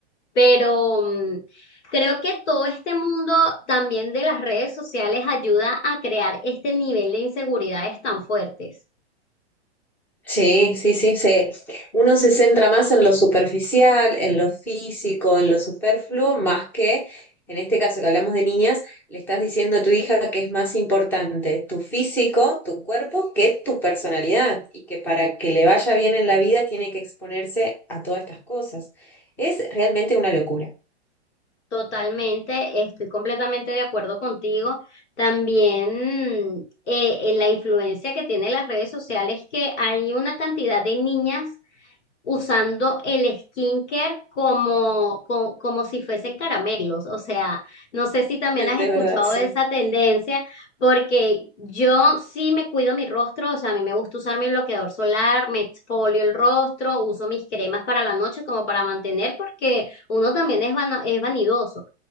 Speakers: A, on the left; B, in the centre.
A: Pero mm, creo que todo este mundo también de las redes sociales ayuda a crear este nivel de inseguridades tan fuertes.
B: Sí, sí, sí, se. Uno se centra más en lo superficial, en lo físico, en lo superfluo, más que, en este caso que hablamos de niñas, le estás diciendo a tu hija que es más importante tu físico, tu cuerpo, que tu personalidad, y que para que le vaya bien en la vida tiene que exponerse a todas estas cosas. Es realmente una locura.
A: Totalmente, estoy completamente de acuerdo contigo. También mm, eh, en la influencia que tienen las redes sociales, que hay una cantidad de niñas usando el skincare como, co- como, si fuesen
B: Ujú.
A: caramelos. O sea, no sé si también
B: De
A: has escuchado
B: verdad, sí.
A: de esa tendencia, porque yo sí me cuido mi rostro, o sea, a mí me gusta usar mi bloqueador solar, me exfolio el rostro, uso mis cremas para la noche como para mantener, porque uno también es, vano- es vanidoso.